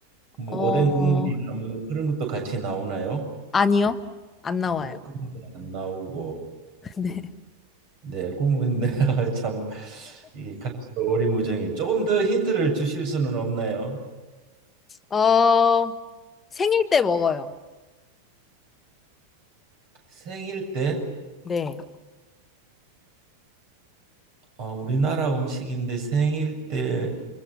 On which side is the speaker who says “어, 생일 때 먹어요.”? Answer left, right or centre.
Left